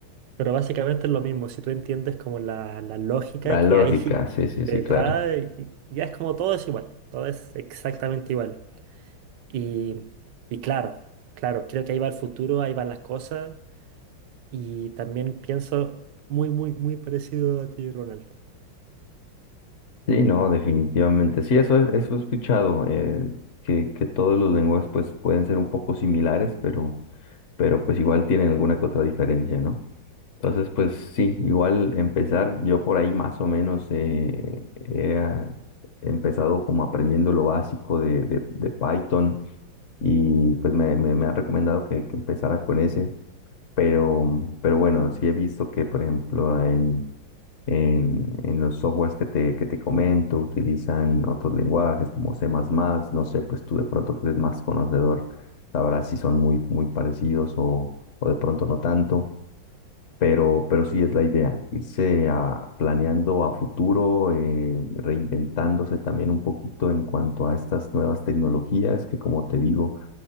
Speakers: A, on the right (about 70°); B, on the left (about 50°).
A: pero básicamente es lo mismo. Si tú entiendes como la, la lógica
B: La
A: que
B: lógica,
A: hay
B: sí,
A: <laughs>
B: sí,
A: detrás,
B: sí, claro.
A: y- y ya es como todo es igual, todo es exactamente igual. Y, y claro, claro, creo que ahí va el futuro, ahí van las cosas. Y también pienso muy, muy, muy parecido a ti, Ronald.
B: Sí, no, definitivamente. Sí, eso, es- eso he escuchado, eh, que, que todos los lenguajes pues pueden ser un poco similares, pero, pero pues igual tienen alguna que otra diferencia, ¿no? Entonces, pues sí, igual empezar, yo por ahí más o menos eh, he ah, empezado como aprendiendo lo básico de, de- de Python y pues me, me, me han recomendado que, que empezara con ese, pero, pero bueno, sí he visto que, por ejemplo, en, en, en los softwares que te, que te comento utilizan otros lenguajes como C++, no sé, pues tú de pronto que eres más conocedor, sabrás si son muy, muy parecidos o, o de pronto no tanto. Pero, pero sí es la idea, irse a- planeando a futuro, eh, reinventándose también un poquito en cuanto a estas nuevas tecnologías que, como te digo,